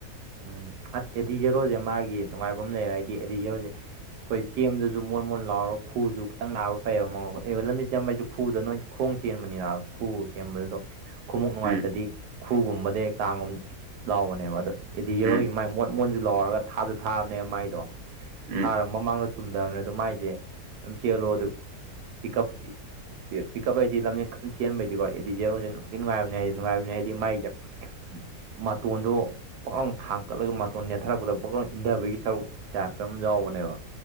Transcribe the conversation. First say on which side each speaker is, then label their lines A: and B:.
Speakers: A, on the right; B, on the right.
A: ꯎꯝ ꯑꯁ ꯑꯦꯗꯤ ꯖꯦꯔꯣꯖꯦ ꯃꯥꯒꯤ ꯅꯨꯡꯉꯥꯏꯕ ꯑꯃ ꯂꯩꯌꯦ ꯍꯥꯏꯗꯤ ꯑꯦꯗꯤ ꯖꯦꯔꯣꯖꯦ ꯑꯈꯣꯏ ꯆꯦꯟꯕꯗꯖꯨ ꯃꯣꯟ ꯃꯣꯟ ꯂꯥꯎꯔ ꯈꯨꯁꯨ ꯈꯤꯇꯪ ꯅꯥꯕ ꯐꯩꯌꯦꯕ ꯃꯣ ꯂꯝꯖꯦꯟ ꯆꯦꯟꯕꯁꯨ ꯈꯨꯗ ꯅꯣꯏ ꯈꯣꯡ ꯆꯦꯟꯕꯅꯤꯅ ꯈꯨ ꯆꯦꯟꯕꯗꯨꯗꯣ ꯈꯨꯎꯞ ꯅꯨꯡꯉꯥꯏꯇꯗꯤ
B: ꯎꯝ
A: ꯈꯨꯒꯨꯝꯕꯗ ꯇꯥꯡꯒꯨꯝꯕꯗ ꯂꯥꯎꯕꯅꯦꯕ ꯑꯗꯣ ꯑꯦꯗꯤ ꯖꯦꯔꯣ
B: ꯎꯝ
A: ꯃꯣꯟꯖꯨ ꯂꯥꯎꯔꯒ ꯊꯥꯖꯨ ꯊꯥꯕꯅꯦꯕ ꯃꯥꯏꯗꯣ
B: ꯎꯝ
A: ꯊꯥꯔ
B: ꯎꯝ
A: ꯃꯃꯥꯡꯗꯣ ꯇꯨꯝꯗꯕ ꯑꯗꯨ ꯃꯥꯏꯖꯦ ꯑꯗꯨꯝ ꯆꯦꯜꯂꯣ ꯑꯗꯨ ꯄꯤꯛ ꯀꯞꯀꯤ ꯀꯤꯞ ꯄꯤꯛ ꯀꯞ ꯑꯩꯗꯤ ꯂꯝꯖꯦꯟ ꯀꯟ ꯆꯦꯟꯕꯩꯗꯤꯀꯣ ꯑꯦꯗꯤ ꯖꯔꯣꯖꯦ ꯅꯨꯡꯗꯤ ꯅꯨꯡꯉꯥꯏꯕꯅꯦ ꯅꯨꯡꯉꯥꯏꯕꯅꯦ ꯍꯥꯏꯗꯤ ꯃꯥꯏꯗ ꯃꯇꯣꯟꯗꯣ ꯄꯥꯎꯡ ꯊꯥꯡ ꯀꯠꯂꯒ ꯃꯇꯣꯟ ꯅꯦꯠꯊꯔꯛꯄꯗ ꯕꯛꯂꯎ ꯏꯟꯗꯕꯒꯤ ꯁꯔꯨꯛ ꯇꯥꯏꯞꯇ ꯑꯃ ꯌꯥꯎꯕꯅꯦꯕ